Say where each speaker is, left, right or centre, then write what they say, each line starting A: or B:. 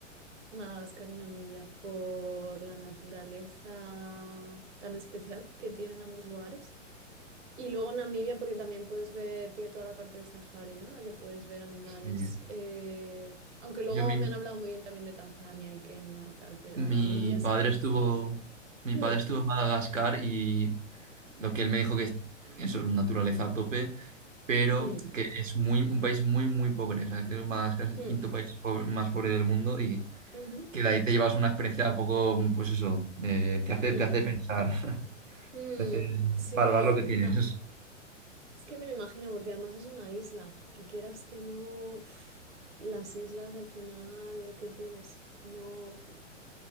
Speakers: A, on the right; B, on the right.
A: Madagascar y Namibia, por la naturaleza tan especial que tienen ambos lugares. Y luego Namibia, porque también puedes ver, tiene toda la parte de safari, ¿no? La que puedes ver animales.
B: Sí.
A: Eh, aunque luego
B: Yo mi,
A: me han hablado muy bien también de Tanzania y Kenia y tal, pero
B: mi
A: Namibia es
B: padre
A: que...
B: estuvo,
A: buf.
B: mi
A: Mm,
B: padre estuvo en Madagascar y Lo que él me dijo que es eso es naturaleza a tope, pero
A: mm,
B: que es muy, un país muy, muy pobre. O sea, que Madagascar es
A: mm,
B: el quinto país pobre- más pobre del mundo y
A: ujú.
B: que de ahí te llevas una experiencia un poco, pues eso, eh, te hace,
A: Mm,
B: te hace pensar, <laughs>
A: mm,
B: te hace
A: sí,
B: valorar lo que tienes.
A: ah, es que me lo imagino porque además es una isla, que quieras que no, uf, las islas al final, ¿qué tienes? No,